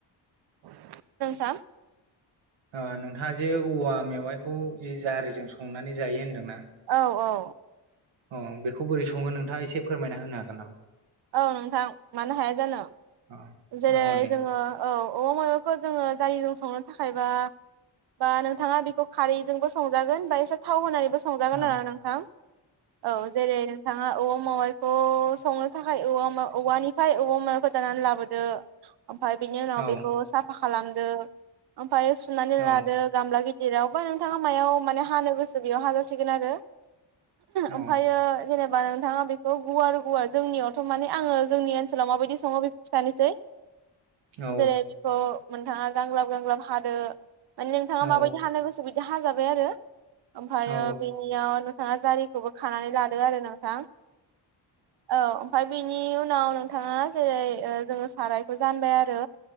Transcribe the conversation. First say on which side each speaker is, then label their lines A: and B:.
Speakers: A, on the right (about 60°); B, on the right (about 85°).
A: <unintelligible>
B: ओ नोंथाङा जे औवा मेवाइखौ जे जारिजों संनानै जायो होनदोंना।
A: औ औ।
B: अ बेखौ बोरै सङो नोंथाङा एसे फोरमायना होनो हागोन नामा।
A: औ नोंथां मानो हाया जानो।
B: औ
A: जेरै
B: औ दे
A: जोङो औ औवा मेवायखौ जोङो जारिजों संनो थाखायबा बा नोंथाङा बेखौ खारैजोंबो संजागोन बा एसे थाव होनानैबो संजागोन
B: औ
A: आरो नोंथां औ जेरै नोंथाङा औवा <unintelligible> थ संनो थाखाय औ औवानिफ्राय औवा मेवायखौ दानना लाबोदो। ओमफाय बिनि उनाव
B: औ
A: बेखौ साफा खालामदो ओमफाय सुनानै
B: औ
A: लादो गामला गि जेरावबा नोंथाङा मायाव माने हानो गोसो बेयाव हाजासिगोन आरो।
B: औ
A: ओमफायो जेने <unintelligible> नोंथाङा बेखौ गुवार गुवार जोंनियावथ' माने आङो जोंनि ओनसोलाव माबायदि सङो बेखौ खिथानोसै।
B: औ
A: जेरै बेखौ नोंथाङा गांग्राब गांग्राब हादो। माने नोंथाङा
B: औ
A: माबायदि हानो गोसो बिदि हाजाबाय आरो ओमफायो
B: औ
A: बेनियाव नो नोंथाङा जारिखौबो खानानै लादो आरो नोंथां औ ओमफाय बिनि उनाव नोंथाङा जेरै ओ जोङो सारायखौ जानबाय आरो।